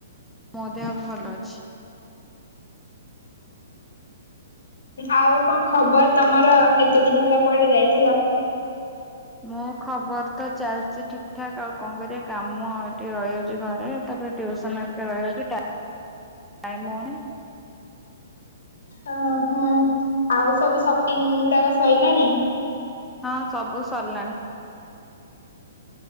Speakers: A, in the centre; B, on the left.
A: ମୋ ଦେହ ବି ଭଲ ଅଛି।
B: ଆଉ କଣ ଖବର ତମର ଏତେ ଦିନ ହେଲା କୁଆଡେ ଯାଇଥିଲ?
A: ମୁଁ ଖବର ତ ଚାଲିଛି ଠିକ ଠାକ ଆଉ କଣ କରିବା କାମ ଏଠି ରହିଯାଉଛି ଘରେ ତାପରେ ଟିଉସନ ହରିକା ରହିଯାଚି ଟା ଟାଇମ୍ ହୋଉ ନେଇଁ।
B: ଓ ହଁ ଆଉ ସବୁ ସପିଙ୍ଗ ଗୁଡାକ ସଇଲାଣି?
A: ହଁ ସବୁ ସରିଲାଣି।